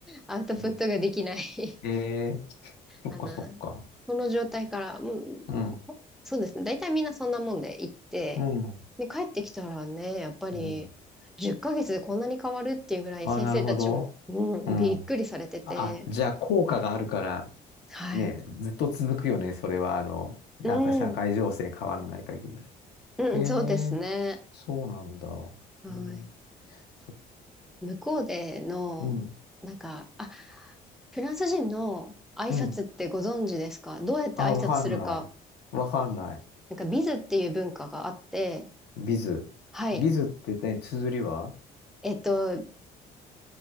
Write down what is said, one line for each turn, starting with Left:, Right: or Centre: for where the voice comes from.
Centre: アウトプットができない
Left: うん、
Centre: <laughs>
Left: ええそっかそっか。
Centre: あの、この状態から、うん、
Left: うん。
Centre: そうですね。大体みんなそんなもんで行って、
Left: うん。
Centre: で、帰ってきたらね、やっぱり、
Left: うん。
Centre: 10ヶ月でこんなに変わるっていうぐらい先生たちも、
Left: ああ、なるほど。
Centre: うん、
Left: うん。
Centre: びっくりされてて、
Left: あ、じゃあ効果があるから、
Centre: はい。
Left: ね、ずっと続くよね。それは、あの、なんか社会情勢変わらない限り。
Centre: うん、うん、
Left: え
Centre: そうですね。
Left: えそうなんだ。
Centre: はい。
Left: えーそ
Centre: 向こうでの、
Left: うん、
Centre: なんか、あ、フランス人の挨拶ってご存知ですかどうやって挨拶するか。
Left: うん。あ、わかんない。わかんない。
Centre: なんか、ビズっていう文化があって、
Left: ビズ。
Centre: はい。
Left: ビズって何綴りは
Centre: えっと、